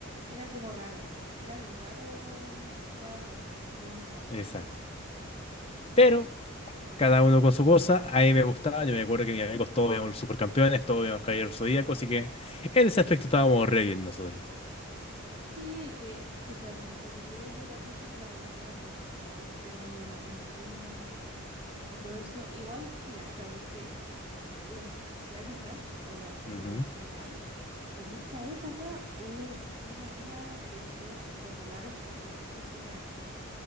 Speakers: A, on the right; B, on the left.
A: Era como raro, era bien raro, la verdad, si lo pensamos.
B: Exacto. Pero cada uno con su cosa, a mí me gustaba, yo me acuerdo que mis amigos todos veían los supercampeones, todos veían los caballeros zodíacos, así que en ese aspecto estábamos re bien nosotros.
A: Sí, es que, pucha, no sé, como te digo, yo igual pienso que la molestaron demasiado con el tema de las monas chinas y todo eso. Igual que lata, porque las asiáticas, o los asiáticos
B: Ujú.
A: en general, en esta época, uff, qué manera de ser populares con cualquier cosa que hagan.